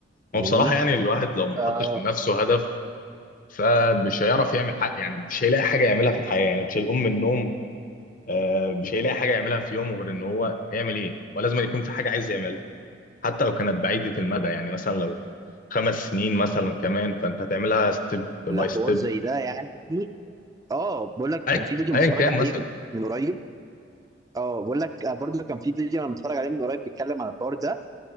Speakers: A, on the right; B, on the left.
A: فاهمني
B: هو بصراحه يعني الواحد لو ما
A: آه
B: حطش لنفسه هدف فمش هيعرف يعمل حاجه يعني مش هيلاقي حاجه يعملها في الحياه يعني مش هيقوم من النوم آه، مش هيلاقي حاجه يعملها في يومه غير ان هو هيعمل ايه ولازم يكون في حاجه عايز يعملها حتى لو كانت بعيدة المدى يعني مثلا لو خمس سنين مثلا كمان فانت هتعملها ستيب باي
A: الحوار
B: ستيب
A: زي ده يعني اه بقول لك
B: ايا
A: كان في فيديو
B: أياً
A: متفرج
B: كان
A: عليه
B: مثلا
A: من قريب اه بقول لك آه، برضو كان في فيديو انا متفرج عليه من قريب بيتكلم عن الحوار ده